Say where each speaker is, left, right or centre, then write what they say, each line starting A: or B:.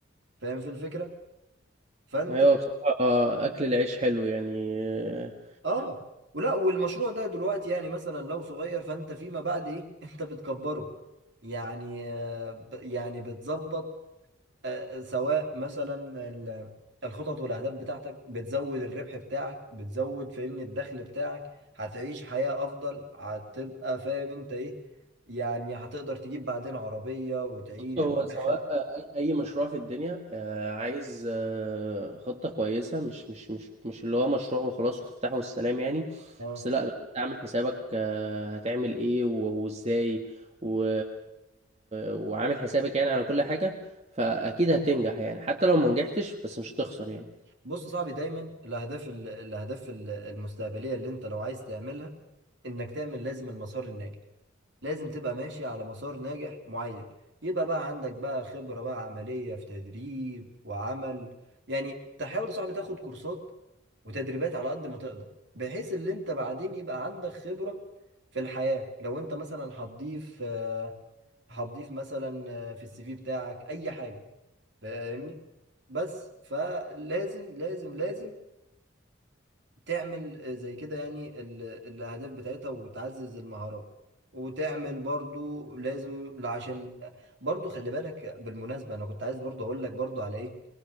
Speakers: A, on the right (about 60°); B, on the right (about 30°).
A: فاهم في الفكرة فانت
B: ايوه بصراحة آه، اكل العيش حلو يعني آه،
A: اه ولا والمشروع ده دلوقتي يعني مثلا لو صغير فانت فيما بعد ايه <laughs> انت بتكبره يعني آه، ب- يعني بتظبط آه، سواء مثلا ال- الخطط والاهداف بتاعتك بتزود الربح بتاعك بتزود فاهمني الدخل بتاعك هتعيش حياة افضل هتبقى فاهم انت ايه يعني هتقدر تجيب بعدين عربية وتعيش
B: هو
A: وتدخل
B: سواء آه، اي أي مشروع في الدنيا آه، عايز آه، خطة كويسة مش مش مش مش اللي هو مشروع وخلاص وتفتحه والسلام يعني
A: اه
B: بس لا لا انت عامل حسابك آه، هتعمل ايه و- وازاي و... وعامل حسابك يعني على كل حاجة فاكيد هتنجح يعني حتى لو ما نجحتش بس مش هتخسر يعني
A: بص يا صاحبي دايما الاهداف ال- الاهداف ال- المستقبلية اللي انت لو عايز تعملها انك تعمل لازم المسار الناجح لازم تبقى ماشي على مسار ناجح معين يبقى بقى عندك بقى خبرة بقى عملية في تدريب وعمل يعني تحاول يا صاحبي تاخد كورسات وتدريبات على قد ما تقدر بحيث اللي انت بعدين يبقى عندك خبرة في الحياة لو انت مثلا هتضيف آه، هتضيف مثلا آه، في السي في بتاعك اي حاجة فاهمني بس فلازم لازم لازم تعمل آه، زي كده يعني ال- الأهداف بتاعتها وتعزز المهارات وتعمل برضو لازم عشان برضو خلي بالك بالمناسبة أنا كنت عايز برضو أقول لك برضو على إيه